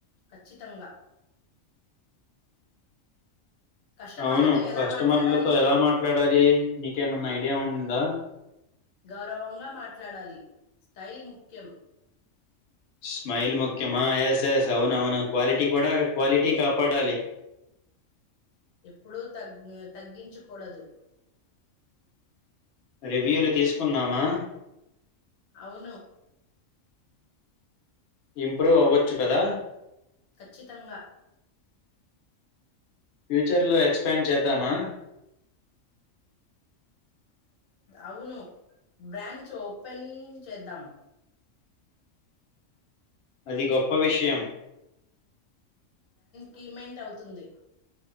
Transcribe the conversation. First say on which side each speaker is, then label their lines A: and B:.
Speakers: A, on the left (about 80°); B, on the left (about 65°).
A: ఖచ్చితంగా కస్టమర్లతో
B: అవును
A: ఎలా
B: కస్టమర్లతో
A: మాట్లాడాలి
B: ఎలా మాట్లాడాలి నీకేమన్నా ఐడియా ఉందా?
A: గౌరవంగా మాట్లాడాలి స్టైల్ ముఖ్యం.
B: స్మైల్ ముఖ్యమా ఎస్ ఎస్ అవునవును క్వాలిటీ కూడా క్వాలిటీ కాపాడాలి.
A: ఎప్పుడూ తగ్ తగ్గించకూడదు
B: రివ్యూలు తీసుకుందామా
A: అవును
B: ఇంప్రూవ్ అవ్వొచ్చు కదా
A: ఖచ్చితంగా
B: ఫ్యూచర్ లో ఎక్స్పాండ్ చేద్దామా
A: అవును బ్రాంచ్ ఓపెన్ చేద్దాం
B: అది గొప్ప విషయం
A: కిమెంట్ అవుతుంది